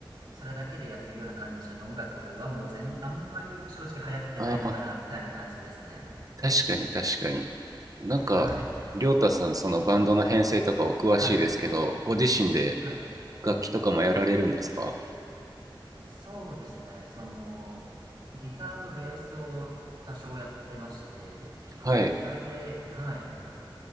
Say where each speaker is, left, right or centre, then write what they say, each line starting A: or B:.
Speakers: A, on the right; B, on the right.
A: それだけでやってるような感じの音楽はもう全あんまり正直流行ってないのかなみたいな感じですね
B: ああ、確かに確かに。なんか、
A: はい
B: りょうたさん、そのバンドの編成とかお詳しいですけど、
A: はい
B: ご自身で
A: はい
B: 楽器とかもやられるんですか
A: そうですねそのギターとベースを多少やってまして
B: はい。
A: それではい